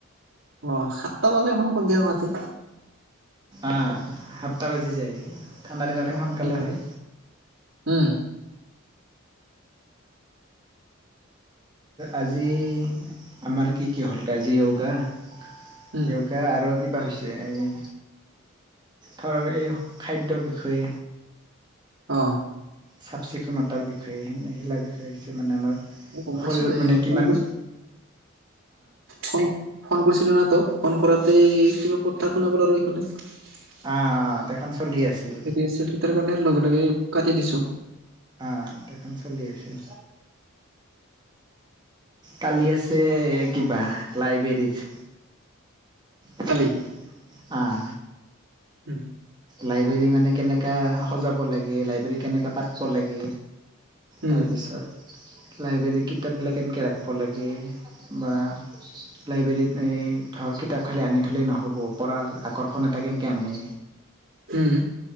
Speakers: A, on the right; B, on the right.
A: অ', সাতটা বজাত এখন কোনিয়া হুৱাতে
B: আহ সাতটা বাজি যায়, ঠাণ্ডা দিনতহে সোনকালে
A: উম
B: হয়
A: উম
B: আজি আমাৰ কি কি হ'ল, আজি োগা <unintelligible>
A: উম,
B: আৰু কিবা হৈছে, এই ধৰ এই খাদ্যৰ বিষয়ে
A: অঁ
B: চাফ চিকুণতাৰ বিষয়েে শিলাৰ বিষয়ে হৈছে মানে আমাৰ শৰীৰত
A: মই গম পাইছোঁ এই
B: মানে
A: ফোন
B: কিমান
A: কৰিছ ফোন ফোন কৰিছিলোঁ ন তোক, ফোন কৰোঁতে কিবা কথা শুনাব পৰা ৰৈিব'লে <unintelligible>
B: অ অ', দেখখন <unintelligible> চলি আছিল
A: আছিল তাৰ কাৰণে লগে লগে কাটি দিছোঁ।
B: আহ তেখখন চলি আছিল। কালি আছে কিবা লাইব্ৰেৰীৰ <unintelligible>
A: কালি?
B: অঁ।
A: উম।
B: লাইব্ৰেৰী মানে কেনেকৈ সজাব লাগে, লাইব্ৰেৰী কেনেকৈ পাতব লাগে
A: উম,
B: তাৰপিছত লাইব্ৰেৰীৰ কিতাপবিলাক এনেকে ৰাখিব লাগে, বা <unintelligible> লাইব্ৰেৰীত এই ধৰ কিতাপ খালি আনি থ'লেই নহ'ব, পঢ়াৰ আকৰ্ষণ এটা কেনেকৈ আনে,
A: হম।